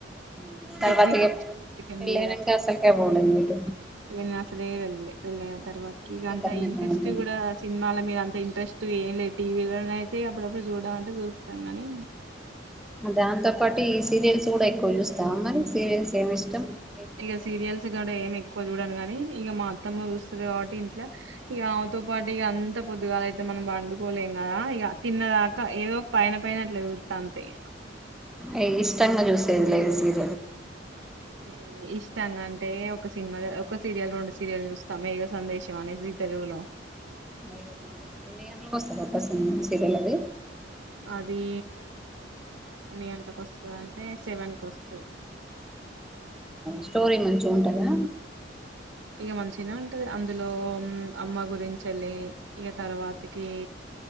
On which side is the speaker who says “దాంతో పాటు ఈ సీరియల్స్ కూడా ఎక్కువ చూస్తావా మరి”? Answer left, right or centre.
Centre